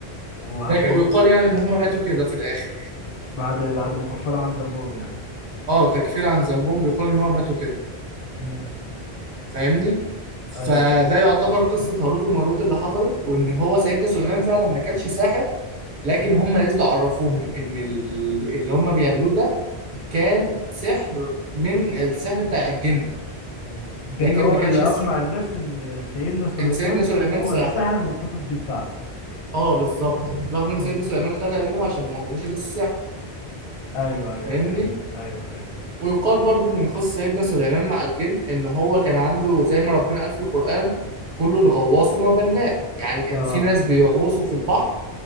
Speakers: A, on the left (about 85°); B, on the right (about 50°).
A: وعشان
B: ده ك... ويقال
A: إيه؟
B: يعني ان هم ماتوا كده في الاخر
A: بعد بعد ما كفروا عن ذنبهم يعني
B: اه تكفير عن ذنبهم بيقال ان هم ماتوا كده
A: مم.
B: فاهمني
A: ايوه
B: فده يعتبر قصة هاروت وماروت اللي حصلت وإن هو سيدنا سليمان فعلا ما كانش ساحر لكن هم نزلوا عرفوهم إن ال- اللي هم بيعملوه ده كان سحر من السحر بتاع الجن
A: مم. الجن
B: لكن
A: هو
B: ما كانش
A: اللي
B: س...
A: اقنع الناس ان سيدنا سليمان
B: إن سيدنا سليمان
A: هو
B: ساحر
A: اللي سحر والكتب دي بتاعته
B: اه بالظبط رغم إن
A: مم.
B: سيدنا سليمان خدها منهم عشان ما يعلموش الناس السحر
A: ايوه ايوه
B: فاهمني
A: فاهم ايوه فاهم
B: ويقال برضو من قصة سيدنا سليمان مع الجن إن هو كان عنده زي ما ربنا قال في القرآن كل الغواص وما بناء يعني كان
A: اه
B: في ناس بيغوصوا في البحر